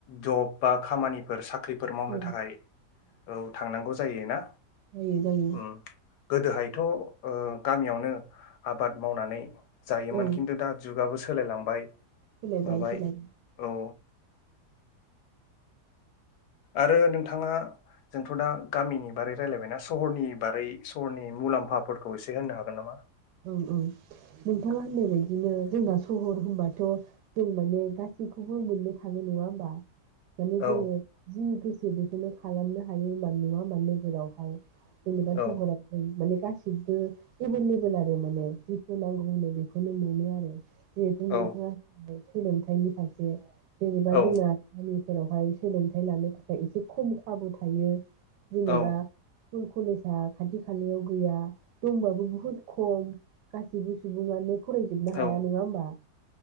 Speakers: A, on the left; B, on the right.
A: जब बा खामानिफोर साख्रि साख्रिफोर मावनो
B: औ
A: थाखाय औ थांनांगौ जायोना
B: जायो जायो
A: उम गोदोहाय बेथ ओ गामियावनो आबाद मावनानै जायोमोन
B: औ
A: खिन्थु दा जुगाबो सोलायलांबाय
B: सोलायबाय
A: माबाय
B: सोलायबाय
A: औ आरो नोंथाङा जोंथ दा गामिनि बारै रायजलायबायना सहरनि बारै सहरनि मुलाम्फा। साफोरखौ एसे होनो हागोन नामा।
B: औ-औ। नोंथाङा होननाय बायदिनो। जोंना सहर होनबाथ जों माने गासैखौबो मोननो थांङो नंङा होमबा। माने
A: औ
B: बुंङो जि गो। जे बेखौनो खालामनो हायोन नंङा मानो नोगोरावहाय। जेनेबा
A: औ
B: सहर थायो माने। गासिबो एभेल लेबोेल आरो। ओ माने जिखौ नांगौ होनो बेखौनो मोनो आरो। बेथ नोंथाङा
A: औ
B: होन। सोलोंथाइनि फारसे। जेनेबा
A: औ
B: जोंना आसाम। फोरावहाय सोलोंथाइ लानो। थाखाय एसे खम खाबु। थायो। जेनेबा।
A: औ
B: स्कुल कलेजा खाथि खालायाव गैया दंबाबो बुहुद। खम गासिबो सुंबुङानो। फरायजोबनो हाया
A: औ
B: नंङा होनोमबा।